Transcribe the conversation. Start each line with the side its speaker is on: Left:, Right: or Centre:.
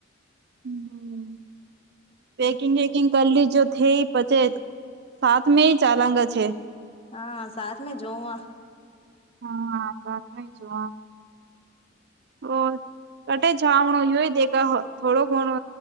Right: હમ્મ પેકિંગ વેકિંગ કરી લી જો થઈ પછી સાથ મે ચાલાંગા છે.
Left: હા સાથ મે જોવા
Right: હા સાતમી જોવા ઓ કટે જામણો યોય દેખા થોડો ઘણો